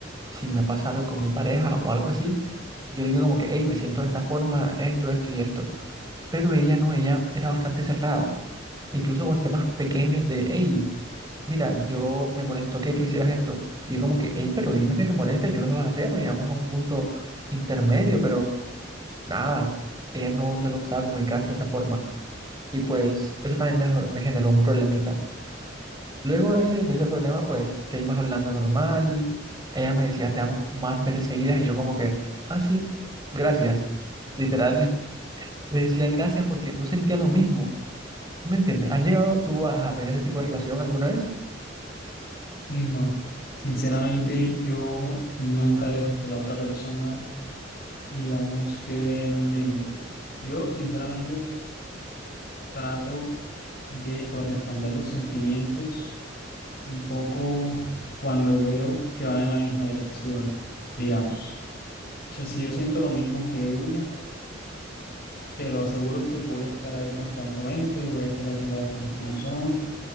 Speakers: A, on the right; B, on the left.
A: si me pasa algo con mi pareja o algo así, yo le digo como que, hey, me siento de esta forma, esto, esto y esto. Pero ella no, ella era bastante cerrada. incluso con temas pequeños de, hey, mira, yo me molestó que, que hicieras esto. Y yo como que, hey, pero dime que te molesta, yo lo vas a hacer, o llegamos a un punto intermedio, pero nada, ella no, no le gustaba comunicarse de esa forma. Y pues eso también me, jor- me generó un problemita. Luego de ese, de ese problema, pues seguimos hablando normal. Ella me decía, te amo más veces seguidas, y yo como que, ah, sí, gracias. Literal, <laughs> le decía gracias porque no sentía lo mismo. ¿Sí ¿Me entiendes? ¿Has llegado tú a a tener ese tipo de relación alguna vez?
B: No, sinceramente yo nunca dejo que la otra persona digamos, quede en un limbo. Yo, sinceramente, trato de corresponder los sentimientos un poco cuando veo que van en la misma dirección, digamos. O sea, si yo siento lo mismo que ella, te lo aseguro que voy a estar ahí constantemente, voy a estar haciendo las cosas como son,